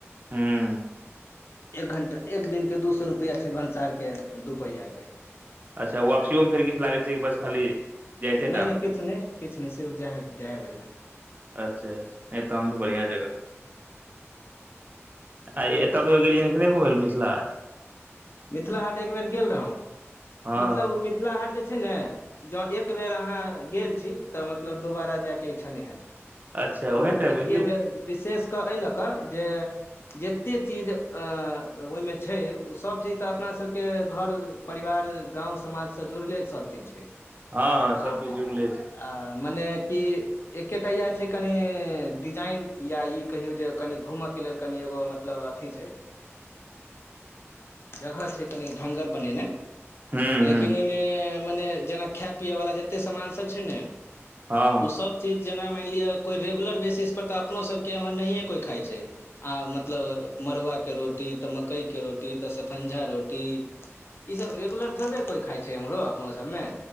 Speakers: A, on the right; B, on the left.
A: ह
B: एक घंटा एक दिन के दू सए रुपष रुपया छै भनसार के दू पहिया के।
A: अच्छा वापसियोमे फेर किछु लागै छै कि बस खाली। जाइते
B: नहि
A: टा
B: नहि किछु नहि किछु नहि सर्फ जा जाए है बेरमे।
A: अच्छा तहन तऽ बढ़आ जगह छै आ। तब कयो गेलियनि कि नहि घुमे लऽ मिथिलाहाट।
B: मिथिलाहाट एक बेर गेल रहौ
A: हँ
B: मतलब ओ मिथिला हाट जे छै ने। जँ एक बेर अहाँ गेल छी तऽ मतलब दोबारा जायके इच्छा नहि हैत।
A: अच्छा
B: ओ
A: ओहन टाइप
B: एके
A: के
B: बेर विशेष कऽ एहि लऽ कऽ जे। जतेक चीज अऽ ओहिमे छै ओसभ चीज।। तऽ अपना सबके घर परिवार गाँंव समाज सऽ जुड़ले सब चीज छै।
A: हँ सब
B: आ
A: चीज जुड़ले छै।
B: आ मने कि एकेटा इह छै कनि डिजाइन या ई कहियौ जे कनि घूमय के लेल कनि एगो मतलब अथी छै जगह छै कनि ढंगर बनेना
A: हूं हूं
B: लेकिन ओहिमे मने जेना ख पियए वला जते सामान सब छै ने
A: हँ हँ
B: <inaudible> ओ सब चीज जेना माइन लिअ कोइ रेगुलर बेसिस पर तऽ अपनो सब के एमहर नहिए कोई खाइ छै आ मतलब मरुआ कऽ रोटी तऽ मक्कइके रोटी तऽ सतंझा रोटी ईसभ रेगुलर थोबे कोइ खाइ छै एम्हरो अपनो सभ में